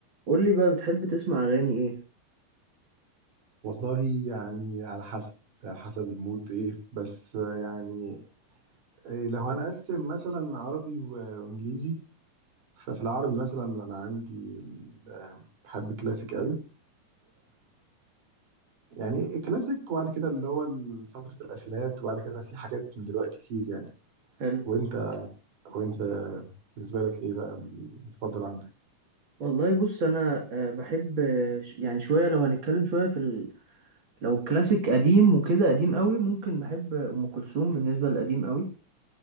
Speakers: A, on the right (about 40°); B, on the right (about 80°).
A: قول لي بقى بتحب تسمع اغاني ايه
B: والله يعني على حسب على حسب المود ايه بس يعني إيه لو هنقسم مثلا عربي و- وانجليزي ففي العربي مثلا انا عندي ال- بحب الكلاسيك قوي ويعني الكلاسيك وبعد كده اللي هو فترة الألفينات وبعد كده في حاجات من دلوقتي كتير يعني
A: حلو
B: وانت وانت بالنسبة لك ايه بقى المفضل عندك
A: والله بص انا آه، بحب آه، ش- يعني شويه لو هنتكلم شويه في ال... لو كلاسيك قديم وكده قديم قوي ممكن بحب ام كلثوم بالنسبه للقديم قوي